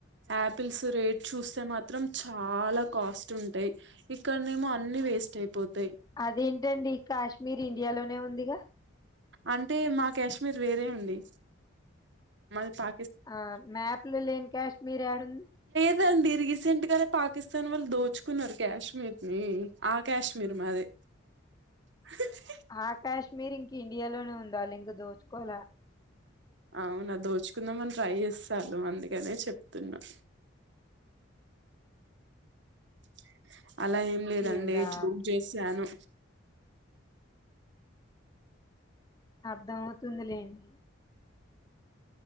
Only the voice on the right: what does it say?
ఆపిల్స్ రేట్ చూస్తే మాత్రం చాలా కాస్ట్ ఉంటాయి ఇక్కడనేమో అన్ని వేస్ట్ అయిపోతాయి
అంటే మా కాశ్మీర్ వేరే ఉంది మాది పా
లేదండి రీసెంట్ గానే పాకిస్థాన్ వాళ్ళు దోచుకున్నారు కాశ్మీర్ ని ఆ కాశ్మీర్ మీరు మాది <unintelligible>
అవునా దోచుకుందాంమని ట్రై చేస్తారు అందుకనే చెప్తున్నా <unintelligible> అలా ఏం లేదండి
జోక్ చేసాను